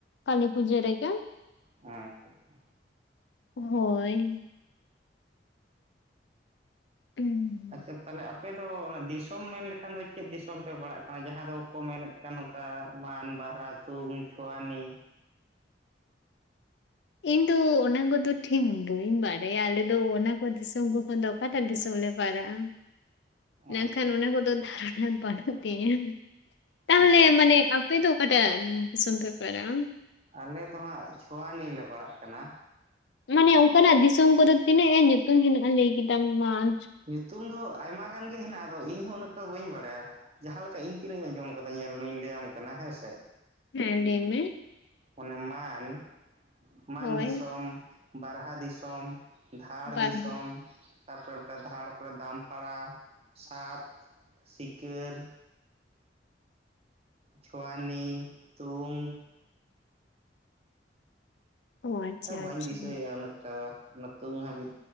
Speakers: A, on the left (about 75°); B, on the right (about 35°).
A: ᱠᱟᱞᱤ ᱯᱩᱡᱟᱹ ᱨᱮᱜᱮ
B: ᱟᱪᱪᱷᱟ ᱟᱪᱪᱷᱟ
A: ᱦᱳᱭ ᱦᱩᱸᱢ
B: ᱟᱪᱪᱷᱟ ᱛᱟᱦᱞᱮ ᱟᱯᱮ ᱫᱚ ᱚᱱᱟ ᱫᱤᱥᱚᱢ ᱢᱮᱱ ᱞᱮᱠᱷᱟᱱ ᱫᱚ ᱪᱮᱫ ᱫᱤᱥᱚᱢ ᱯᱮ ᱯᱟᱲᱟᱜ ᱠᱟᱱᱟ ᱡᱟᱦᱟᱸ ᱫᱚᱠᱚ ᱢᱮᱱᱮᱫᱼᱼ ᱠᱟ ᱱᱚᱝᱠᱟ ᱢᱟᱱ ᱵᱟᱦᱨᱟ ᱛᱩᱝ ᱪᱷᱳᱣᱟᱱᱤ
A: ᱤᱧ ᱫᱚ ᱚᱱᱟ ᱠᱚᱫᱚ ᱴᱷᱤᱠ ᱵᱟᱹᱧ ᱵᱟᱨᱟᱭᱟ᱾ ᱟᱞᱮ ᱫᱚ ᱚᱱᱟᱠᱚ ᱫᱤᱥᱚᱢ ᱠᱚ ᱠᱷᱚᱱ ᱫᱚ ᱚᱠᱟᱴᱟᱜ ᱫᱤᱥᱚᱢ ᱞᱮ ᱞᱟᱲᱟᱜ-ᱟ᱾ ᱱᱟᱜ
B: ᱟᱪᱪᱷᱟ
A: ᱠᱷᱟᱱ ᱚᱱᱟ ᱠᱚᱫᱚ ᱫᱦᱟᱨᱚᱱᱟ ᱵᱟᱹᱱᱩᱜ ᱛᱤᱧᱟ᱾ ᱛᱟᱦᱚᱞᱮ
B: ᱚ
A: ᱢᱟᱱᱮ ᱟᱯ ᱯᱮ ᱫᱚ ᱚᱠᱟᱴᱟᱜ ᱫᱤᱥᱚᱢ ᱯᱮ ᱯᱟᱨᱟᱜ-ᱟ᱾
B: ᱟᱞᱮ ᱫᱚ ᱦᱟᱸᱜ ᱪᱷᱳᱣᱟᱱᱤ ᱞᱮ ᱯᱟᱲᱟᱜ ᱠᱟᱱᱟ᱾
A: ᱢᱟᱱᱮ ᱚᱝᱠᱟᱱᱟᱜ ᱫᱤᱥᱚᱢ ᱠᱚᱫᱚ ᱛᱤᱱᱟᱹᱜ ᱮ ᱧᱩᱛᱩᱢ ᱦᱮᱱᱟᱜ-ᱟ? ᱞᱟᱹᱭ ᱠᱮᱫᱟᱢ ᱢᱟᱱ
B: ᱧᱩᱛᱩᱢ ᱫᱚ ᱟᱭᱢᱟ ᱜᱟᱱ ᱜᱮ ᱦᱮᱱᱟᱜᱼᱟ ᱤᱧ ᱦᱚᱸ ᱩᱱᱟᱹᱜᱴᱟ ᱫᱚ ᱵᱟᱹᱧ ᱵᱟᱲᱟᱭᱟ᱾ ᱡᱟᱸᱦᱟ ᱞᱮᱠᱟ ᱤᱧ ᱛᱤᱱᱟᱹᱜ ᱤᱧ ᱟᱸᱡᱚᱢ ᱟᱠᱟᱫᱟ ᱧᱮᱞ ᱢᱮᱧ ᱞᱟᱹᱭᱟᱢ ᱠᱟᱱᱟ ᱦᱮᱸ ᱥᱮ᱾
A: ᱦᱮᱸ ᱞᱟᱹᱭ ᱢᱮ᱾
B: ᱢᱟᱱᱮ ᱢᱟᱱ, ᱢᱟᱱ
A: ᱦᱳᱭ
B: ᱫᱤᱥᱚᱢ, ᱵᱟᱨᱦᱟ ᱫᱤᱥᱚᱢ᱾ ᱫᱷᱟᱲ
A: ᱵᱟᱨ
B: ᱫᱤᱥᱚᱢ ᱛᱟ ᱯᱚᱨᱮ ᱫᱷᱟᱲ ᱯᱚᱨᱮ ᱫᱟᱢᱯᱟᱲᱟ, ᱥᱟᱛ, ᱥᱤᱠᱟᱹᱨ ᱪᱷᱳᱣᱟᱱᱤ, ᱛᱩᱝ᱾
A: ᱚ ᱟᱪᱪᱷᱟ
B: ᱟᱫᱚ ᱵᱟᱹᱧ
A: ᱟᱪᱪᱷᱟ
B: ᱫᱤᱥᱟᱹᱭᱮ-ᱟ ᱩᱱᱟᱹᱜ ᱴᱟ ᱫᱚ ᱚᱱᱟ ᱛᱩᱝ ᱦᱟᱹᱵᱤᱡ